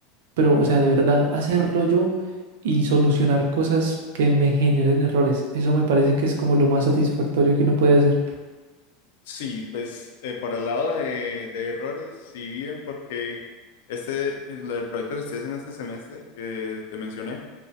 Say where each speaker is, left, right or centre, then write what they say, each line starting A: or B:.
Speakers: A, on the right; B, on the left.
A: pero, o sea, de verdad, hacerlo yo y solucionar cosas que me generen errores. Eso me parece que es como lo más satisfactorio que uno puede hacer.
B: Sí, pues eh, por el lado de, de errores, sí bien, porque este, el, el proyecto que estoy haciendo este semestre, que te mencioné,